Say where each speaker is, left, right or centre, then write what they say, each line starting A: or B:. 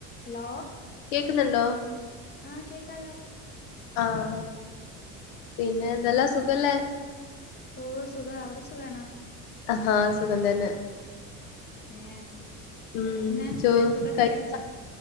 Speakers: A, on the left; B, on the left.
A: Hello
B: കേക്കുന്നുണ്ടോ
A: ആഹ് കേക്കാലോ
B: ആഹ പിന്നെ എന്തെല്ലാം സുഖല്ലേ
A: ഓഹ സുഖ അവിടെ സുഖണ
B: ഹ സുഖം തന്നെ
A: ഏ
B: ഉം
A: പിന്നെ
B: ചോ
A: ഫുഡൊക്കെ
B: കഴിച്ച
A: കഴിച്ചാ